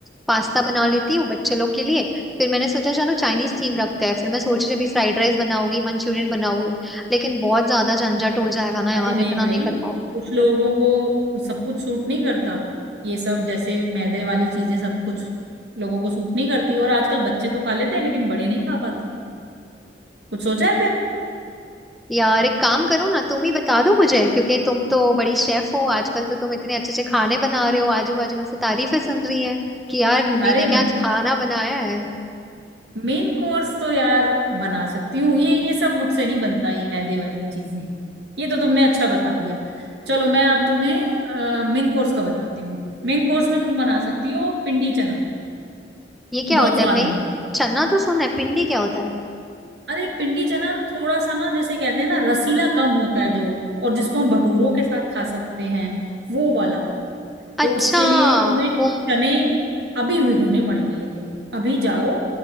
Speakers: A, in the centre; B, on the right.
A: पास्ता बना लेती हूँ बच्चे लोग के लिए फिर मैंने सोचा चलो चाइनीज थीम रखते हैं फिर मैं सोच रही अभी फ्राइड राइस बनाऊंगी मंचूरियन बनाऊंगी लेकिन बहुत ज्यादा झंझट हो जाएगा ना यार
B: अरे नहीं
A: इतना
B: भाई
A: नहीं कर पाऊंगी
B: कुछ लोगों को सब कुछ सूट नहीं करता ये सब जैसे मैदे वाली चीजें सब कुछ लोगों को सूट नहीं करती और आजकल बच्चे तो खा लेते हैं लेकिन बड़े नहीं खा पाते कुछ सोचा है फिर
A: यार एक काम करो ना तुम ही बता दो मुझे क्योंकि तुम तो बड़ी शेफ हो आजकल तो तुम इतने अच्छे अच्छे खाने बना रहे हो आजू बाजू में से तारीफें सुन रही है कि यार निधि
B: अरे
A: ने क्या आज खाना बनाया है
B: मेन कोर्स तो यार बना सकती हूँ ये ये सब मुझसे नहीं बनता ये मैदे वाली चीजें ये तो तुमने अच्छा बता दिया चलो मैं अब तुम्हें मेन कोर्स का बताती हूँ मेन कोर्स में तुम बना सकती हो पिंडी चना
A: ये क्या
B: बहुत
A: होता
B: स्वाद
A: है भाई
B: बनता है
A: चना तो सुना है पिंडी क्या होता है
B: अरे पिंडी चना ना थोड़ा सा ना जैसे कहते हैं ना रसीला कम होता है जो और जिसको हम भटूरों के साथ खा सकते हैं वो वाला तो
A: अच्छा
B: उसके लिए तुम्हें
A: मुम
B: चने अभी भिगोने पड़ेंगे लेकिन अभी जाओ